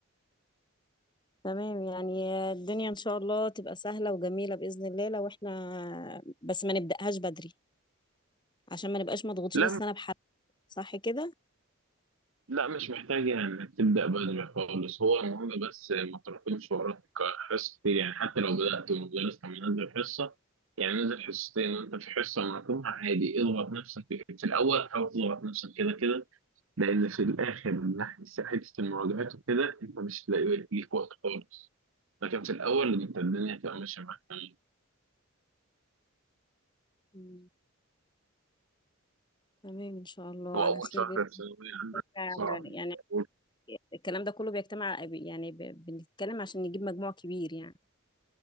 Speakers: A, on the left (about 20°); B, on the right (about 70°).
A: تمام يعني الدنيا إن شاء الله تبقى سهلة وجميلة بإذن الله لو إحنا بس ما نبدأهاش بدري عشان ما نبقاش مضغوطين
B: لا
A: السنة بحد صح كده؟
B: لا مش محتاج يعني انك تبدا بدري خالص هو المهم بس ما تراكمش وراك حصص كتير يعني حتى لو بدات والمدرس كان منزل حصه يعني نزل حصتين وانت في حصه مراكمها عادي اضغط نفسك في في الاول حاول تضغط نفسك كده كده لان في الاخر من ناحيه حته المراجعات وكده انت مش هتلاقي ليك وقت خالص لكن في الاول انت الدنيا هتبقى ماشيه معاك تمام
A: مم. تمام إن شاء الله
B: هو
A: على
B: اول
A: خير
B: شهر
A: بإذن
B: في ثانويه عامه
A: الله
B: صعب
A: يعني
B: أول
A: الكلام ده كله بيجتمع يعني ب- بنتكلم عشان نجيب مجموع كبير يعني